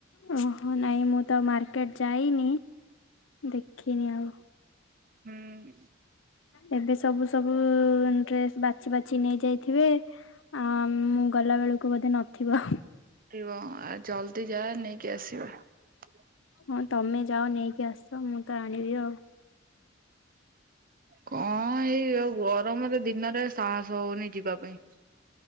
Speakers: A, on the left; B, on the right.
A: ଓହୋ, ନାଇଁ ମୁଁ, ତ ମାର୍କେଟ ଯାଇନି, ଦେଖିନି ଆଉ ।
B: ହୁଁ,
A: ଏବେ ସବୁ, ସବୁ ଡ୍ରେସ ବାଛି, ବାଛି ନେଇ ଯାଇଥିବେ, ଆ ମୁଁ, ଗଲା ବେଳକୁ ବୋଧେ ନ ଥିବ ।
B: ତିବ, ଆ ଜଲଦି ଯା ନେଇକି ଆସିବ ।
A: ହଁ, ତମେ ଯାଅ ନେଇକି ଆସ, ମୁଁ ତ ଆଣିବି ଆଉ ।
B: କଁ, ଏଇ ଆଉ ଗରମରେ, ଦିନରେ ସାହସ ହଉନି, ଯିବା ପାଇଁ ।